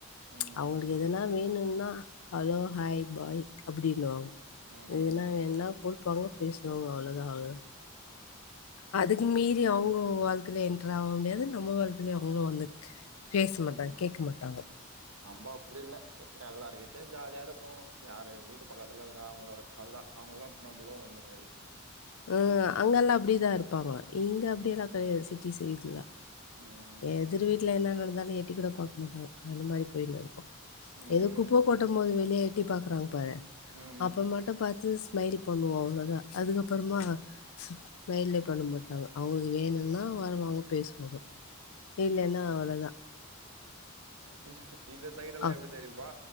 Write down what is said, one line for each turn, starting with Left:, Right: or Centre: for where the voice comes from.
Right: ம்
Left: அவுங்களுக்கு எதுனா வேணுன்னா ஹலோ ஹாய் பாய் அப்டின்னுவா
Right: ம்
Left: எதுனா வேண்ணா குடுப்பாங்கோ பேசுவாங்கோ அவ்ளதா அவ்ளதா அதுக்கு மீறி அவுங்க வாழ்க்கைல என்ட்ர் ஆவ் முடியாது நம்ப வாழ்க்கைலியு அவுங்குளு வந்துக் பேச மாட்டாங்
Right: ம் ம்
Left: கேக்க மாட்டாங்கோ
Right: நம்ப அப்டி இல்ல எ எல்லாருகிட்டியு ஜாலியாரு ப்போ யாரு வீட்டு பக்கத்துல இருந்தா அவுங்களுவ அதுதா அவுங்களும் நம்பளு ஒன்னு மேரி
Left: அ அங்கல்லா அப்டிதா இருப்பாங்க இங்க அப்டியெல்லா கெடையாது சிட்டி சைடுல
Right: ம்
Left: எதிர் வீட்ல என்ன நடந்தாலு எட்டி கூட பாக் மாட்டாங் அந்த மாரி போயின்னுருக்கு
Right: ம்
Left: இது குப்ப கொட்டம் போது வெளிய எட்டி பாக்றாங் பாரு
Right: ம்
Left: அப்ப மட்டு பாத்து ஸ் மைல் பண்ணுவோ அவ்ளோதா அதுக்கப்புறமா ஸ்மைலே பண்ண மாட்டாங்கோ அவுங்களுக்கு வேணுன்னா வருவாங்க பேசுவாங்கோ இல்லேன்னா அவ்ளதா
Right: இந்த இந்த சைடெல்லா
Left: ஆ
Right: எப்டி தெரியுமா